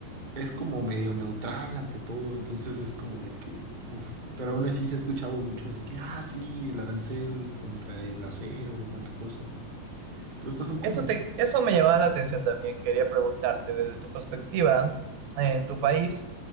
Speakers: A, on the right; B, on the right.
A: es como medio neutral ante todo, entonces es como de que, uf, pero aún así se ha escuchado mucho de que, ah, sí, el arancel contra el acero y cuánta cosa. Todas estas son como
B: Eso, te, eso me llamaba la atención también. Quería preguntarte desde tu perspectiva en tu país,